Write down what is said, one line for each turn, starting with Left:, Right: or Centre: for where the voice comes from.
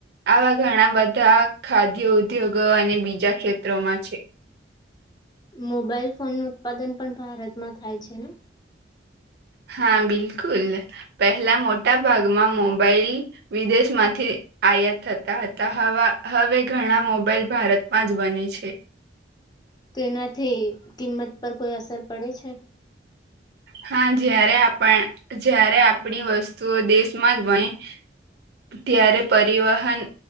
Right: આવા ઘણા બધા ખાદ્ય ઉદ્યોગો અને બીજા ક્ષેત્રોમાં છે.
Left: મોબાઈલ ફોન નું ઉત્પાદન પણ ભારતમાં થાય છે ને.
Right: હા બિલકુલ પહેલા મોટા ભાગમાં મોબાઈલ વિદેશ માંથી આયાત થતા હતા હવે ઘણા મોબાઈલ ભારતમાં જ બને છે.
Left: તો એનાથી કિંમત પર કોઈ અસર પડે છે.
Right: હા જ્યારે આપ જ્યારે આપણી વસ્તુઓ દેશમાં જ બય ત્યારે પરિવહન